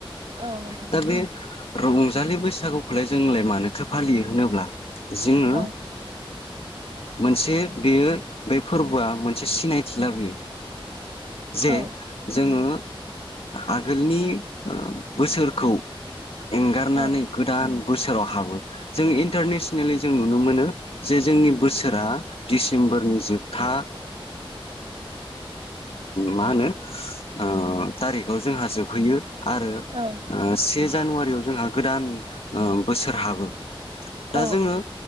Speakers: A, on the right (about 70°); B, on the left (about 85°).
A: औ नोंथां
B: दा बे रंजालि बैसागुखौलाय जोंलाय मानोथो फालियो होनोब्ला जोङो
A: औ
B: मोनसे बेयो बे फोरबोआ मोनसे सिनायथि लाबोयो। जे
A: औ
B: जोङो आगोलनि बोसोरखौ। एंगारनानै
A: औ
B: गोदान बोसोराव हाबो जों इन्टारनेसनेलि जों नुनो मोनो जे जोंनि बोसोरा डिसेम्बरनि जोबथा मा होनो? ओ थारिखआव जोंहा जोबहैयो। आरो
A: औ
B: से जानुवारियाव जोंहा गोदान ओ बोसोर हाबो
A: औ
B: दा जोङो